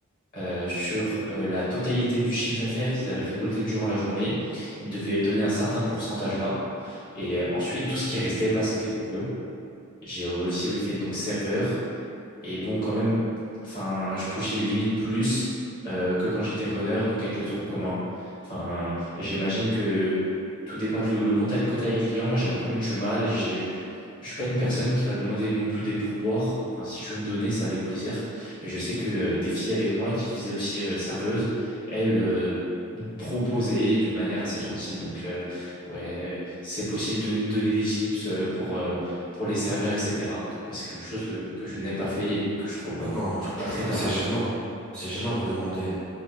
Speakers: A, on the left; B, on the left.
A: euh, sur euh, la totalité du chiffre d'affaires qu'ils avaient récolté durant la journée, ils devaient donner un certain pourcentage là. Et euh, ensuite, tout ce qui restait, bah, c'était pour eux. J'ai aussi fait donc serveur. Et bon, quand même, enfin, je touchais limite plus euh, que quand j'étais runner, donc avec le tronc commun. Enfin, j'imagine que tout dépend que le, le contact que tu as avec le client. Moi, j'avais quand même du mal. J'ai- je suis pas une personne qui va demander non plus des pourboires. Enfin, si tu veux me donner, c'est avec plaisir. Mais je sais que euh, des filles avec moi qui faisaient aussi euh, serveuse, elles euh, proposaient d'une manière assez gentille. Donc, euh, ouais, c'est possible de nous donner des chips euh, pour, euh, pour les serveurs, etc. Moi, c'est quelque chose que, que je n'ai pas fait et que je trouve,
B: Ah
A: euh,
B: non,
A: je trouve pas
B: je trouve
A: très normal.
B: que c'est gênant, c'est gênant de demander.